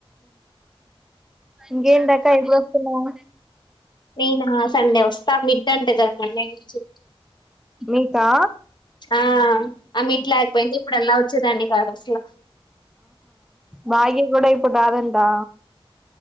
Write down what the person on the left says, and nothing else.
నేనా సండే వస్తా మిడ్ అంట గద మండే నుంచి
ఆ ఆ మిడ్ లేకపోయింటే ఇప్పుడల్లా వచ్చేదాన్ని కాదు అసలా